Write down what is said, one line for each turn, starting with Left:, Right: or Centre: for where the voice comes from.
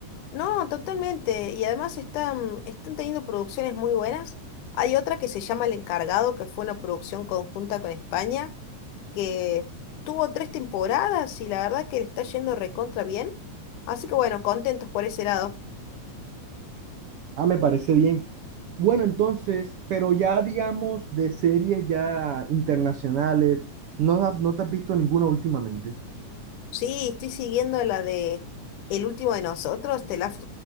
Left: No, totalmente. Y además están, están teniendo producciones muy buenas. Hay otra que se llama El Encargado, que fue una producción conjunta con España, que tuvo tres temporadas y la verdad que le está yendo recontra bien. Así que bueno, contentos por ese lado.
Right: Ah, me parece bien. Bueno, entonces, pero ya digamos de series ya internacionales, ¿no, ha- no te has visto ninguna últimamente?
Left: Sí, estoy siguiendo la de El último de nosotros, The Last